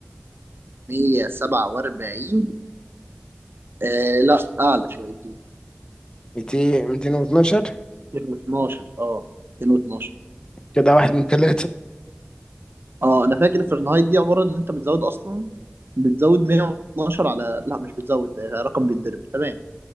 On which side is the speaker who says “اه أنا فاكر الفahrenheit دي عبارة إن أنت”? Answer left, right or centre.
Right